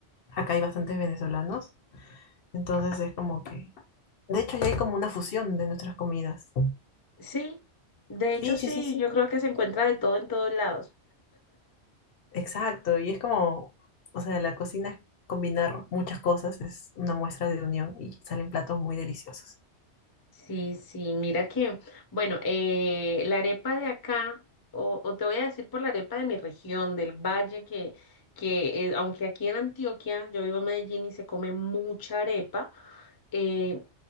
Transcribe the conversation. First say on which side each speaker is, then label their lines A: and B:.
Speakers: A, on the left; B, on the left.
A: Acá hay bastantes venezolanos, entonces es como que, de hecho ya hay como una fusión de nuestras comidas.
B: Sí, de hecho
A: Sí,
B: sí,
A: sí, sí, sí,
B: yo creo que se encuentra de todo en todos lados.
A: exacto. Y es como, o sea, la cocina es combinar muchas cosas, es una muestra de unión y salen platos muy deliciosos.
B: Sí, sí, mira que, bueno, eh, la arepa de acá, o, o te voy a decir por la arepa de mi región, del valle, que, que eh, aunque aquí en Antioquia, yo vivo en Medellín y se come mucha arepa, eh,